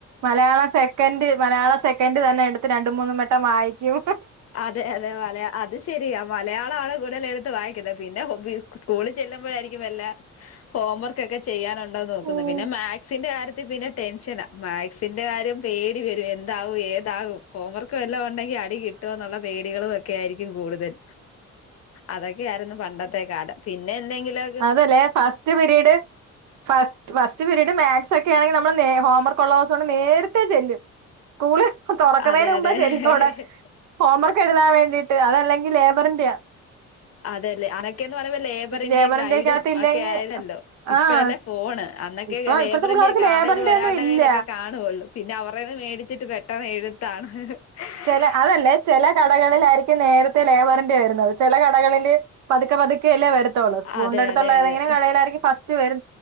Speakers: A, on the right (about 70°); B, on the left (about 55°).
A: മലയാളസെക്കൻഡ് മലയാള സെക്കൻഡ് തന്നെ എടുത്ത് രണ്ട് മൂന്ന് മട്ടം വായിക്കും-
B: അതെ അതെ മല അത് ശെരിയാ മലയാളണ് കൂടുതൽ എടുത്ത് വായിക്കുന്നത് പിന്നെ ഹോം സ്കൂളിൽ ചെല്ലുമ്പോഴായിരിക്കും വല്ല ഹോംവർക്ക് ഒക്കെ ചെയ്യാനുണ്ടോന്ന് നോക്കുന്നു
A: ഉം
B: പിന്നെ മാക്സിന്റെ കാര്യത്തി- <unintelligible> ടെൻഷന മാക് ടെ ആരും പേടി വരും എന്താവും ഏതാവും ഹോംവർക്ക് ക്ക് എല്ലാം ഉണ്ടെങ്കി അടി കിട്ടു കിട്ടോന്നുള്ള പേടികളും ഒക്കെയായിരി ക്കും കൂടുതൽ അതൊക്കെയായിരുന്നു പണ്ടത്തെ കാലം പിന്നെ എന്തെങ്കിലൊ
A: അതല്ലെ first period first first period maths ഒക്കെ- ക്കെ ആണെങ്കി നമ്മള് നേ ഹോംവർക്ക് ഉള്ള ദിവസാണെങ്കി നേരത്തെ ചെല്ലും സ്കൂള്- തുറക്കുന്നതിന്
B: അതെ
A: മുമ്പ്
B: അതെ
A: ചെല്ലു അവിടെ ഹോംവർക്ക് എഴുതാൻ വേണ്ടിട്ട് അതല്ലെങ്കിൽ എപ്പ പറണ്ട്യ <unintelligible>
B: അതെല്ലേ അന്നൊക്കെന്നു പറയുമ്പോ ലേബറി ലബറിൻഡ്യയും
A: ലേബറിന്റെയൊക്കെ
B: ഗൈഡും
A: അകത്ത് ഇല്ലെങ്കിൽ
B: ഒക്കെ ആയിരുന്നല്ലോ ഇപ്പഴല്ലേ
A: ആഹ്
B: ഫോണ് അന്നൊക്കെ
A: ഇപ്പൊ
B: ലേബറിൻഡൃക്കെ
A: ഇപ്പഴത്തെ പിള്ളേർക്ക് ലേബറിന്റെ
B: ആരുടെലും ഒരാളുടെ
A: ഒന്നും ഇല്ല
B: കയ്യിലൊക്കെ കാണുവുള്ളൂ പിന്ന അവ പുറകേന്ന് മേടിച്ചിട്ട് പെട്ടെന്ന് എഴുത്താണ് ഹിഹി
A: ചില അതല്ലേ ചില കടകളിലായിരിക്കും നേരത്തെ ലേബറിൻഡ്യ വരുന്നത് ചില കടകളില് പതുക്കെ പതുക്കെല്ലേ വരത്തോ - സ്കൂളിന്റെ
B: അതെ
A: അടുത്തുള്ള
B: അതെ
A: ഏതെങ്കിലും
B: അതെ
A: കടയിലായിരിക്കും ഫസ്റ്റ്- വരു.